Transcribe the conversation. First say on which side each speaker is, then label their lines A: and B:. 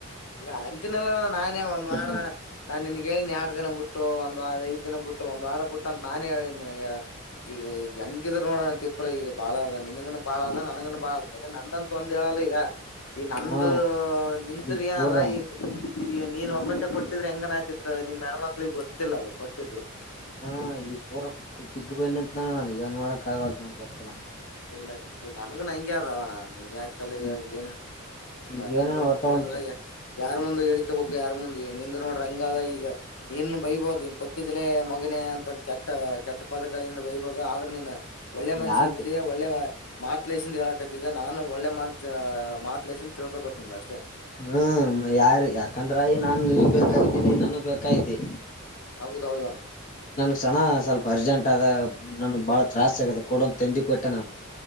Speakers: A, on the left; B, on the left.
A: ಇಲ್ಲ ಅಂತಿನೆಲ್ಲ ನಾನೇ ಒಂದ್ ವಾರ
B: ನಾನು
A: ನಾನ್ ನಿನ್ಗ್ ಹೇಳನಿ ಎರಡ್ ದಿನ ಬಿಟ್ಟು ಒಂದ ಒ ಐದ್ ದಿನ ಬಿಟ್ಟು ಒಂದ್ ವಾರ ಬಿಟ್ಟ ಅಂತ ನಾನೇ ಹೇಳನ ಈಗ ಈಗ ಹೆಂಗಿದ್ರ ನೋಡಣ ಅಂತಪ್ಪ ಅಪ್ರ ಈಗ ಬಾಳ್ಳದ ನನ್ಗನು ಬಾಳ ಅದ ನನಗನು ಬಾಳ ಅದ ಬರೀ ನಂದಂತ ಒಂದ್ ಹೇಳಲ್ಲ ಈಗ ಈ ನಂದು
B: ಹಾ
A: ನಿಂತರು
B: ಈಗ
A: ಏನದ
B: ಪೂರ
A: ಈ ಈಗ ನೀನ್ ಒಬಚ ಕೊಟ್ಟಿದ್ರೆ ಹೆಂಗನ ಯ್ತಿತ್ತು ನಿಮಮ್ಮ ಹೆಣ್ಮ ಮಕ್ಳಿಗೆ ಗೊತ್ತಿಲ್ಲ ಅದು ಕೊಟ್ಟಿದ್ದು
B: ಹಾ ಈ ಪೂರ ತಿಗ್ಗಬಯ ನಿಂತಾನ ನನಗೆಏನ್ ಮಾಡಕ್ಕೆ ಕಾಗ ನಾನು ಕೊತ್ತಲ
A: ಇಲ್ಲ ಇಲ್ಲ ಇದು ನನ್ಗು ನ ಹಂಗೆ ಆದೋಣ ನೀನ್ ಯಾಕ
B: ಈ
A: ಏನ್
B: ಈಗ ಏನೇನ
A: ಹಬ ನ
B: ಒಟ್ಟ
A: ಬಹಳ
B: ಒಂದ್
A: ಯಾರ ಮುಂದ ಹೇಳ್ಕಬೇಕು ಯಾರ ಮುಂದ ನಿ ನೋರ ಹಂಗ ಈಗ ನೀನು ಬೈಬೋದು ಕೊಟ್ಟಿದ್ಲೇ ಮಗನ ಅಂತ ಕೆಟ್ಟ ಕೆಟ್ಟ ಪದಗಳಿಂದ ಬೈಬಹುದು ಆದ್ರೆ ನೀನ್ ಒಳ್ಳೆ ಮನ್ಷಿ
B: ಯಾಕ
A: ಇದ ಒಳ್ಳೆ ಮಾತ ಲೇಸ ಹೇಳಕತಿದ್ದ ನಾನು ಒಳ್ಳೆ ಮಾತ್ ಮಾತ ಲಸ ತಿಳ್ಕೊಬೇಕು ನೋ್ ಅಷ್ಟೇ
B: ಹ್ಮ ಯಾರ ಯಾಕಂದ್ರ ನಾನು ನಿ ಬೇಕಾಗಿದ್ದೀನಿ ನಾನು ಬೇಕಾಗಿದ್ದಿ
A: ಹೌದೌದ
B: ಚನ ಸ್ವಲ್ಪ ಅರ್ಜೆಂಟ್ ಆದ ನನ್ಗ್ ಬಾಳ ತ್ರಾಸಸ್ ಆಗತೆ ಕೊಡಂತ ತಂದಿ ಕೊಟ್ಟೆ ನಾನು